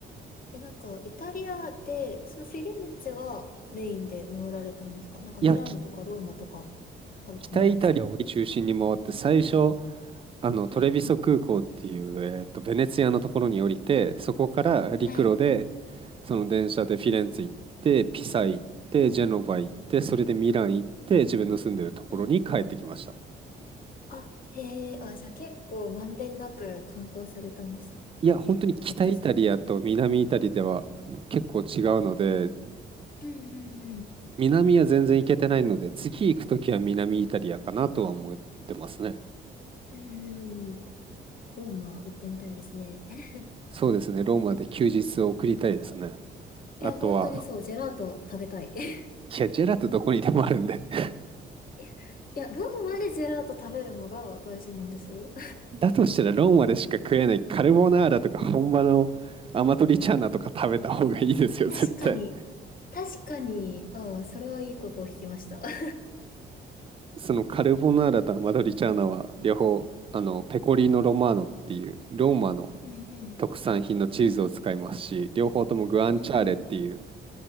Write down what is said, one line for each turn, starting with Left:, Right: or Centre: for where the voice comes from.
Left: え、なんか、イタリアで、そのフィレンツェがメインで回られたんですかなんかミラノとかローマとか
Right: いや、き
Left: あると思うんですけど。
Right: 北イタリアを中心に回って、最初、あのトレビソ空港っていう、
Left: うんうん。
Right: えーと、ベネツィアのところに降りて、そこから陸路で、
Left: はい。
Right: その電車でフィレンツェ行って、ピサ行って、ジェノバ行って、
Left: うん
Right: それでミラン行って、自分の住んでるところに帰ってきました。
Left: うんあ、へえ、あ、じゃあ結構まんべんなく観光されたんですね。
Right: いや、
Left: へえ、
Right: 本当に北イタリアと南イタリアでは結構違うので、
Left: めっちゃ素敵。うんうん
Right: 南は全然行けてないので、次行くときは南イタリアかなとは思ってますね。
Left: うん。うんうんローマ行ってみたいですね。<laughs>
Right: そうですね、ローマで休日を送りたいですね。あとは、
Left: いや、本当にそう、ジェラート食べたい。<laughs>
Right: いや、ジェラートどこにでもあるんで。<laughs>
Left: いや、いやローマでジェラート食べるのが大事なんですよ。
Right: だとしたらローマでしか食えないカルボナーラとか本場のアマトリチャーナとか食べた方がいいですよ、
Left: <laughs> 確かに、
Right: 絶対。
Left: 確かに、ああ、それはいいことを聞きました。<laughs>
Right: そのカルボナーラとアマトリチャーナは両方、あの、ペコリーノ・ロマーノっていうローマの
Left: うんうん、
Right: 特産品のチーズを使いますし、両方ともグアンチャーレっていう
Left: うんうん。